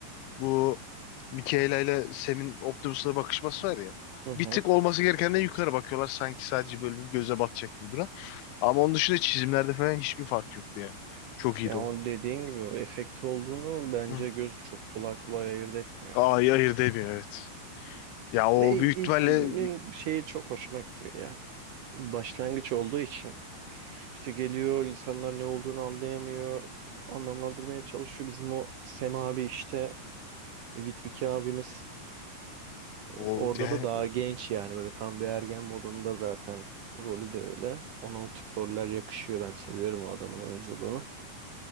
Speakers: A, on the left; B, on the right.
A: Bu Michaela ile Sam'in Optimus'la bakışması var ya.
B: Hı hı.
A: Bir tık olması gerekenden yukarı bakıyorlar. Sanki sadece böyle bir göze batacak gibi duran. Ama onun dışında çizimlerde falan hiçbir fark yoktu yani. Çok iyiydi
B: Yani o
A: o.
B: dediğin gibi o efekti olduğunu bence
A: Hı.
B: göz çok kolay kolay ayırt etmiyor.
A: Ay hayır demiyor evet. Ya o
B: Ve
A: büyük
B: ilk
A: ihtimalle
B: filmin şeyi çok hoşuma gidiyor ya. Başlangıç olduğu için işte geliyor insanlar ne olduğunu anlayamıyor. Anlamlandırmaya çalışıyor. Bizim o Sem abi işte Vitviki abimiz
A: o
B: Orada
A: yani
B: da daha genç yani böyle tam bir ergen modunda zaten rolü de öyle. Ona o tip roller yakışıyor. Ben seviyorum o adamın oyunculuğunu.